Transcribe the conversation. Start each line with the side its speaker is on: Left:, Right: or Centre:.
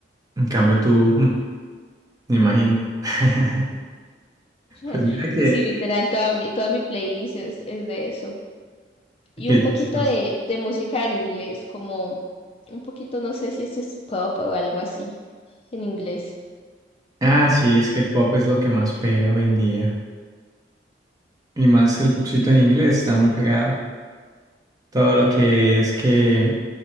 Right: En cambio tú, mm, me imagino. <laughs>
Left: <laughs>
Right: Pues mira que,
Left: Sí, literal, toda mi, toda mi playlist es, es de eso. Y
Right: qué
Left: un poquito
Right: chistoso.
Left: de, de música en inglés, como un poquito, no sé si esto es pop o algo así en inglés.
Right: Ah, sí, es que el pop es lo que más pega hoy en día. Y más el popcito en inglés está muy pegado. Todo lo que es que